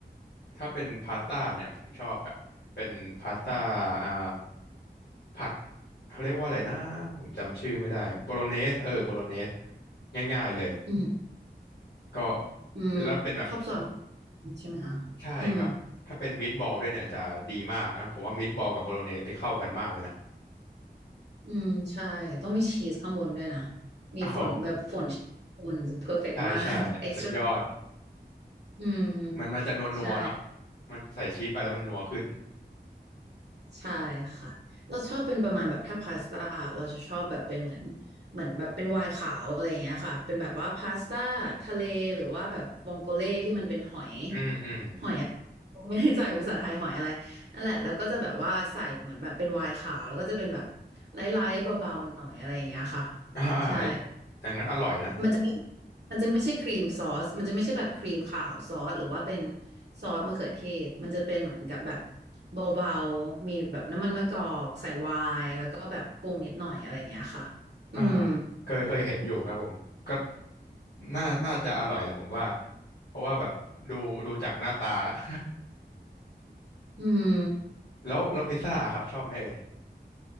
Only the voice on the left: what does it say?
ถ้าเป็นพาสต้าเนี่ยผมชอบแบบเป็นพาสต้าอ่าผัดเขาเรียกว่าอะไรนะผมจำชื่อไม่ได้โบโลเนสเออโบโลเนสง่ายๆเลย
ก็
เป็นแล้วเป็นแบบ
ใช่ครับถ้าเป็นมิตบอลด้วยเนี่ยจะดีมากนะผมว่ามิตบอลกับโบโลเนสที่เข้ากันมากเลยนะ
โอ้โห
ใช่ใช่สุดยอด
มันมันจะนวลนัวเนาะ
มันใส่ชีสไปแล้วมันนัวขึ้น
อืมอืม
อ่าอ่า
อย่างนั้นอร่อยนะ
อ่าเคยเคยเห็นอยู่ครับผมก็น่าน่าจะอร่อยแหละผมว่าเพราะว่าแบบดูดูจากหน้าตาแล้ว <laughs>
แล้วแล้วพิซซ่าครับชอบไหมเอ่ย